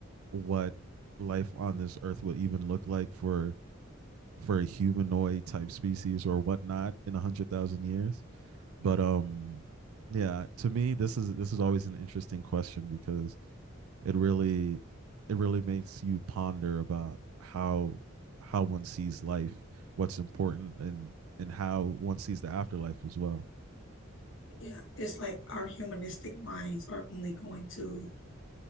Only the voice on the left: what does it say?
Yeah, it's like our humanistic minds are only going to